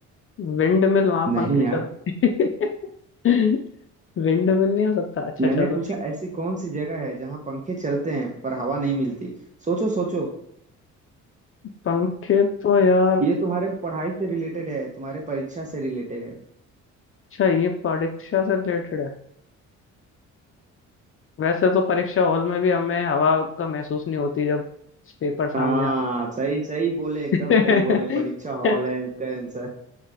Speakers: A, on the left; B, on the right.
A: विंड मिल वहां
B: नहीं
A: पंखे चलते
B: यार
A: हैं। <laughs> विंड मिल नहीं हो सकता अच्छा
B: मैंने
A: चलो
B: पूछा
A: ठीक
B: ऐसी कौन सी जगह है जहाँ पंखे चलते हैं पर हवा नहीं मिलती सोचो सोचो
A: पंखे तो यार
B: ये तुम्हारे पढ़ाई से रिलेटेड है तुम्हारे परीक्षा से रिलेटेड है
A: अच्छा ये परीक्षा से रिलेटेड है वैसे तो परीक्षा हॉल में भी हमें हवा का महसूस नहीं होती जब पेपर सामने
B: हाँ
A: आते
B: सही सही बोले एकदम
A: हैं
B: सही बोले परीक्षा
A: <laughs>
B: हॉल है इसका आंसर